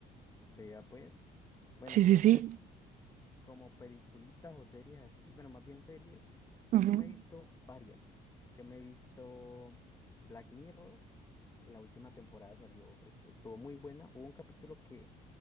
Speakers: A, on the left; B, on the right.
A: Vea pues. Bueno,
B: Sí,
A: entonces,
B: sí, sí.
A: como peliculitas o series así, bueno, más bien series,
B: Ujú.
A: yo me he visto varias. Yo me he visto Black Mirror, que la última temporada salió, est- estuvo muy buena. Hubo un capítulo que,